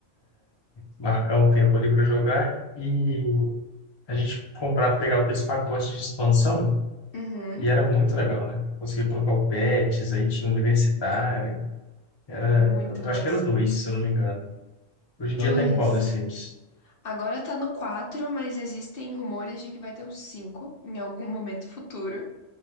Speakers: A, on the left; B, on the left.
A: marcar um tempo ali para jogar e a gente comprava, pegava aqueles pacotes de expansão
B: Uhum,
A: e era muito legal, né? Conseguia colocar o Pets, aí tinha o Universitário, era,
B: muito
A: eu
B: massa.
A: acho que era o 2, se eu não me engano. Hoje
B: Dois.
A: em dia tá em qual The Sims?
B: Agora tá no 4, mas existem rumores de que vai ter o 5 em algum momento futuro.